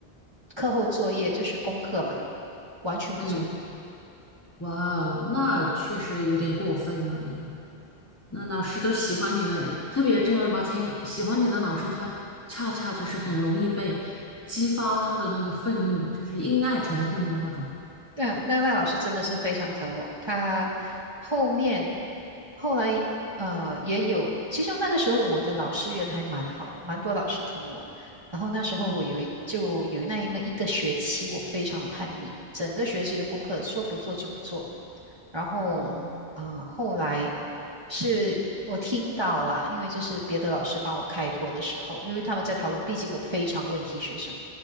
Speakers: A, on the right; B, on the left.
A: 课后作业就是功课嘛，完全不做。
B: 嗯，哇哦，那确实有点过分了你。那老师都喜欢你了，特别正儿八经喜欢你的老师，他恰恰就是很容易被激发他的那个愤怒，就是因爱成恨的那种。
A: 对啊，那那老师真的是非常疼我，他后面后来呃也有，其实那个时候我的老师缘还蛮好的，蛮多老师疼我。然后那时候我有一就有那么一个学期，
B: 嗯。
A: 我非常的叛逆，整个学期的功课说不做就不做，然后啊、
B: 哦，
A: 呃后来是我听到啦，因为这是别的老师帮我开脱的时候，因为他们在讨论，毕竟我非常问题学生，